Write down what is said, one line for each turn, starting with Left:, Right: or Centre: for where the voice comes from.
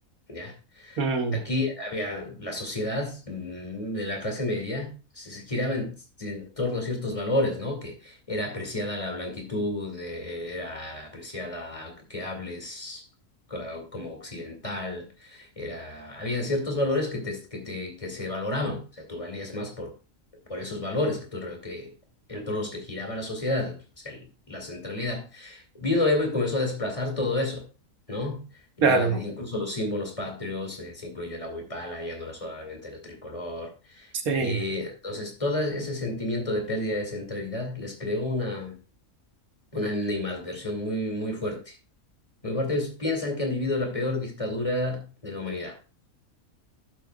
Left: ¿ya?
Right: mm,
Left: Aquí había la sociedad mm, de la clase media, se, se giraba en, en torno a ciertos valores, ¿no? Que era apreciada la blanquitud, eh, era apreciada que hables co- como occidental, era, habían ciertos valores que, te, que, te, que se valoraban, o sea, tú valías más por, por esos valores que tú, re- que, en torno a los que giraba la sociedad, o sea, la centralidad. Vino Evo y comenzó a desplazar todo eso, ¿no? Y
Right: claro,
Left: luego, eh, incluso los símbolos patrios, eh, se incluyó la huipala, ya no era solamente el tricolor.
Right: sí.
Left: Eh, entonces, todo ese sentimiento de pérdida de centralidad les creó una, una animadversión muy, muy fuerte. Muy fuerte, Ellos piensan que han vivido la peor dictadura de la humanidad.